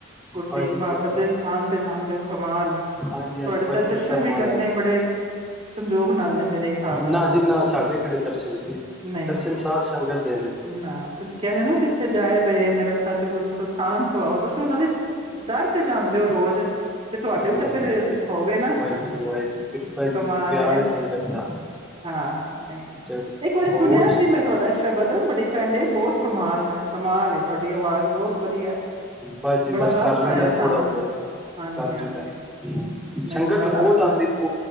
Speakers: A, on the right (about 30°); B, in the centre.
A: ਗੁਰੂ
B: ਬਸ
A: ਤੇਗ
B: ਜੀ ਕਿਰਪਾ
A: ਬਹਾਦਰ ਦੇ ਸਥਾਨ ਤੇ ਜਾਂਦੇ ਹੋ ਕਮਾਲ ਹੈ
B: ਹਾਂਜੀ ਹਾਂਜੀ
A: ਤੁਹਾਡੇ ਚ
B: ਬਸ ਕਿਰਪਾ
A: ਦਰਸ਼ਨ ਵੀ
B: ਮਹਾਰਾਜ
A: ਕਰਨੇ
B: ਦੀ
A: ਬੜੇ ਸੰਜੋਗ ਨਾਲ ਨੇ ਮੇਰੇ ਹਿਸਾਬ ਨਾਲ
B: ਨਾ
A: ਤੇ
B: ਜੀ ਨਾ ਸਾਡੇ ਕਿਹੜੇ ਦਰਸ਼ਨ ਜੀ
A: ਨਹੀਂ
B: ਦਰਸ਼ਨ
A: ਨਹੀਂ
B: ਸਾਧ ਸੰਗਤ ਦੇ ਨੇ ਜੀ।
A: ਨਾ ਤੁਸੀਂ ਕਹਿੰਦੇ ਨਾ ਜਿੱਥੇ ਜਾਏ ਬਹੇ ਮੇਰਾ ਸਤਿਗੁਰੂ ਸਥਾਨ ਸੁ ਆਓ ਤੁਸੀਂ ਉਹਨਾਂ ਦੇ ਡਰ ਤੇ ਜਾਂਣਦੇ ਹੋ ਰੋਜ਼ ਤੇ ਤੁਹਾਡੇ ਵੀ
B: ਵਾਹਿਗੁਰੂ
A: ਤਾਂ ਫੇਰ
B: ਵਾਹਿਗੁਰੂ
A: ਹੋ ਗਏ ਨਾ
B: ਵਾਹਿਗੁਰੂ ਵਾਹਿਗੁਰੂ ਕਿਰਪਾ
A: ਕਮਾਲ
B: ਜੀ ਤੇ ਪਿਆਰ ਏ ਸੰਗਤ ਦਾ
A: ਹਾਂ ਹਾਂ
B: ਚਲੋ
A: ਇੱਕ ਵਾਰੀ ਸੁਣਿਆ
B: ਹੋਰ
A: ਸੀ ਮੈਂ ਤੁਹਾਡਾ ਸ਼ਰ ਵਧਣ ਬੜੀ ਪਹਿਲੇ ਬਹੁਤ ਕਮਾਲ ਦਾ ਕਮਾਲ ਤੁਹਾਡੀ ਆਵਾਜ਼ ਬਹੁਤ ਵਧੀਆ
B: ਬਸ ਜੀ
A: ਬੜਾ
B: ਬਸ
A: ਰਸ
B: ਕਰ ਲਈਦਾ
A: ਆਇਆ ਸਾਨੂੰ
B: ਥੋੜਾ ਬਹੁਤ
A: ਹਾਂਜੀ
B: ਕਰ
A: ਹਾਂਜੀ
B: ਲਈਦਾ ਹਾਂ, ਹਾਂ
A: ਨਹੀਂ
B: ਸੰਗਤ
A: ਬੜਾ
B: ਬਹੁਤ
A: ਰਸ ਹੈ
B: ਆਉਂਦੀ